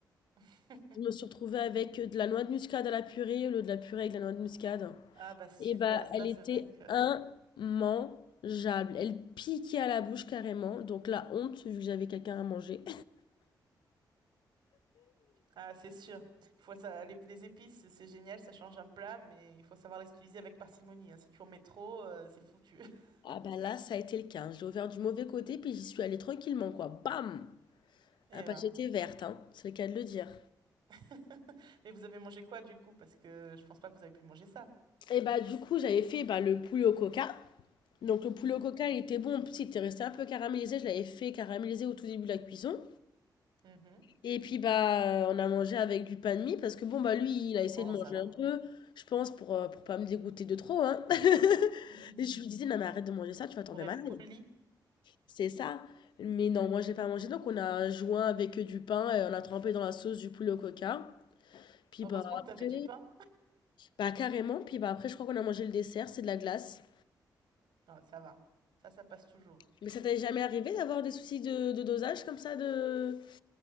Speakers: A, on the right; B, on the left.
A: <laughs>
B: Je me suis retrouvée avec de la noix de muscade à la purée au lieu de la purée avec de la noix de muscade.
A: Ah bah super,
B: Et bah,
A: ça
B: elle était
A: c'est vrai que...
B: immangeable. Elle piquait à la bouche carrément. Donc la honte, vu que j'avais quelqu'un à manger.
A: Ah c'est sûr. Faut ça... Les, les épices, c'est génial, ça change un plat, mais il faut savoir les utiliser avec parcimonie. hein. Si tu en mets trop, euh, c'est foutu. <laughs>
B: Ah bah là, ça a été le cas. hein. Je l'ai ouvert du mauvais côté, puis j'y suis allée tranquillement, quoi. Bam!
A: Et
B: Ah bah
A: ben.
B: j'étais verte, hein. C'est le cas de le dire.
A: <laughs> Mais vous avez mangé quoi du coup? Parce que je pense pas que vous avez pu manger ça.
B: Et bah du coup, j'avais fait bah, le poulet au coca. Donc le poulet au
A: Mhm.
B: coca, il était bon. En plus, il était resté un peu caramélisé. Je l'avais fait caraméliser au tout début de la cuisson.
A: Mhm.
B: Et puis bah on a mangé avec du pain de mie parce que bon bah lui, il a essayé
A: Bon,
B: de manger
A: ça va.
B: un peu, je pense pour euh, pour pas me dégoûter de trop, hein. <laughs>
A: <laughs>
B: Et je lui disais non mais arrête de manger ça, tu vas tomber
A: Pour
B: malade.
A: être poli,
B: C'est ça. Mais non, moi j'ai pas mangé. Donc on a joint avec du pain et on a trempé dans la sauce du poulet au coca. Puis
A: heureusement
B: bah après,
A: que t'avais du pain.
B: bah carrément. Puis bah après, je crois qu'on a mangé le dessert, c'est de la glace.
A: Ah, ça va. Ça, ça passe toujours.
B: Mais ça t'est jamais arrivé d'avoir des soucis de, de dosage comme ça de